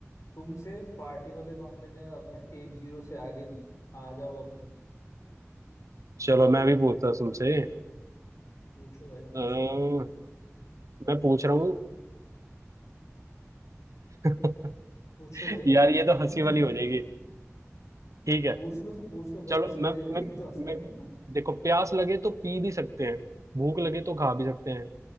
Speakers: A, on the left; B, on the right.
A: तुमसे पार्टी वाले मामले में अब मैं एक जीरो से आगे हूँ आ जाओ अब तुम
B: चलो मैं भी पूछता हूँ तुमसे
A: पूछो भाई पूछो
B: अ, मैं पूछ रहा हूँ <laughs>
A: पूछो भाई
B: यार ये तो
A: <laughs>
B: हंसी वाली हो जाएगी ठीक है
A: पूछ लो तो पूछ लो भाई
B: चलो
A: हंसी वाली
B: मैं
A: हो जाएगी
B: मैं
A: तो हंस लेंगे
B: मैं
A: हाँ
B: देखो प्यास लगे तो पी भी सकते हैं भूख लगे तो खा भी सकते हैं